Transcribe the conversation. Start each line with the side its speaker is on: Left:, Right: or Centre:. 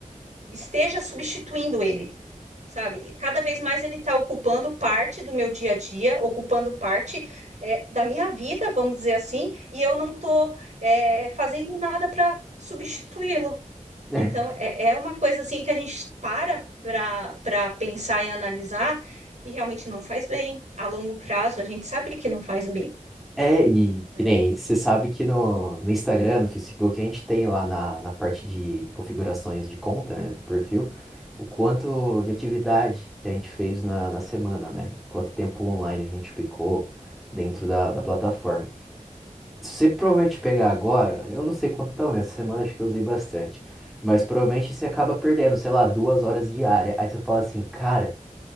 Right: esteja substituindo ele sabe? E cada vez mais ele está ocupando parte do meu dia a dia, ocupando parte é, da minha vida, vamos dizer assim, e eu não estou fazendo nada para substituí-lo.
Centre: <laughs>
Right: Então, é, é uma coisa assim que a gente para para para pensar e analisar e realmente não faz bem. A longo prazo, a gente sabe que não faz bem,
Centre: É, e
Right: né?
Centre: que nem, você sabe que no, no Instagram, no Facebook, a gente tem lá na, na parte de configurações de conta, né, do perfil, o quanto de atividade que a gente fez na, na semana, né? Quanto tempo online a gente ficou dentro da, da plataforma. Se você provavelmente pegar agora, eu não sei quanto tá o meu, essa semana acho que eu usei bastante, mas provavelmente você acaba perdendo, sei lá, duas horas diárias. Aí você fala assim, cara.